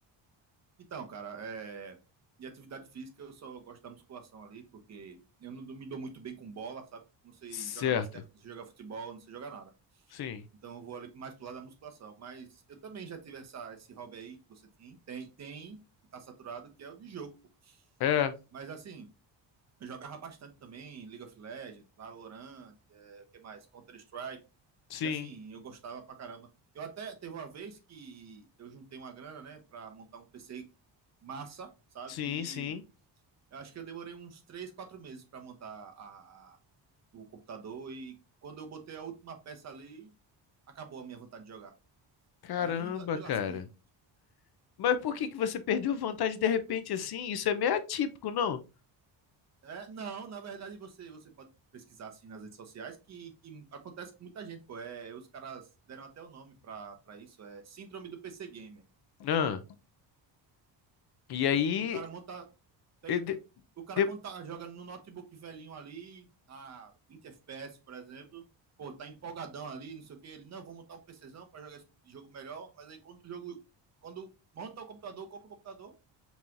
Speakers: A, on the right; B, on the left.
A: Então, cara, é... E atividade física, eu só gosto da musculação ali, porque eu não me dou muito bem com bola, sabe? Não sei
B: Certo.
A: jogar basquete, não sei jogar futebol, não sei jogar nada.
B: Sim.
A: Então eu vou ali mais pro lado da musculação. Mas eu também já tive essa, esse hobby aí que você tem, tem, tem, tá saturado, que é o de jogo, pô.
B: É,
A: Mas assim, eu jogava bastante também League of Legends, Valorant, é, o que mais? Counter-Strike.
B: sim.
A: E assim, eu gostava pra caramba. Eu até teve uma vez que eu juntei uma grana, né, pra montar um PC massa, sabe?
B: Sim,
A: E
B: sim.
A: eu acho que eu demorei uns 3 4 meses pra montar a, o computador. E quando eu botei a última peça ali, acabou a minha vontade de jogar.
B: Caramba,
A: Aí <laughs> la- me
B: cara.
A: lasquei.
B: Mas por que que você perdeu vontade de repente assim? Isso é meio atípico, não?
A: É, não, na verdade você, você pode pesquisar assim nas redes sociais que, que acontece com muita gente, pô. É, os caras deram até o nome pra, pra isso, é Síndrome do PC Gamer.
B: Ah, e aí,
A: O cara monta. Tem,
B: e de-
A: o cara
B: de-
A: quando tá jogando no notebook velhinho ali, a 20 FPS, por exemplo, pô, tá empolgadão ali, não sei o que. Ele, não, vou montar um PCzão pra jogar esse jogo melhor, mas aí quando o jogo. Quando monta o computador, compra o computador,